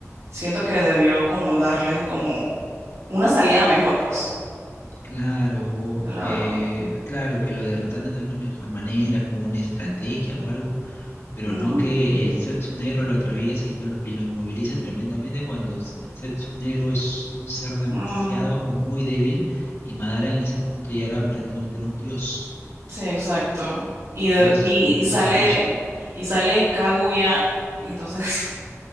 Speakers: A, on the right (about 80°); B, on the left (about 50°).
A: siento que debió como darle como una salida mejor, pues,
B: Claro,
A: la
B: eh,
A: verdad.
B: claro, que lo derrotaron de una mejor manera, con una estrategia o algo, pero
A: Mm,
B: no que el Zetsu negro lo atraviese y, no lo, y lo inmovilice tremendamente cuando s- el Zetsu negro es un ser demasiado
A: mm,
B: o muy débil y Madara en ese punto ya era prácticamente era un dios,
A: sí, exacto. Y, de-
B: era sumamente
A: y, y sale,
B: poderoso.
A: y sale Kaguya, entonces,